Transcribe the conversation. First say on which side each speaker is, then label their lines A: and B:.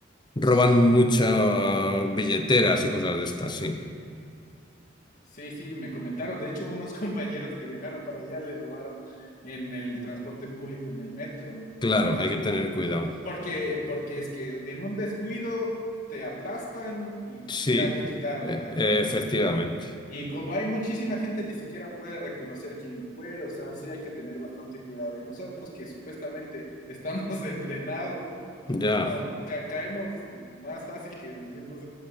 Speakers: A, on the left; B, on the left.
A: roban
B: Sí.
A: muchas billeteras y cosas de estas, sí.
B: Sí, sí, me comentaron. De hecho, unos <laughs> compañeros que viajaron para allá les robaron en el transporte público, en el metro.
A: Claro,
B: Y dije,
A: hay
B: uh,
A: que tener cuidado.
B: porque, porque es que en un descuido te aplastan y
A: Sí,
B: ya te quitaron
A: e-
B: algo.
A: e-
B: O
A: efectivamente.
B: sea, y como hay muchísima gente, ni siquiera puede reconocer quién fue. O sea, sí hay que tener bastante cuidado. Y nosotros que supuestamente estamos <laughs> entrenados,
A: Ya.
B: pues no, ca- caemos más fácil que los mismos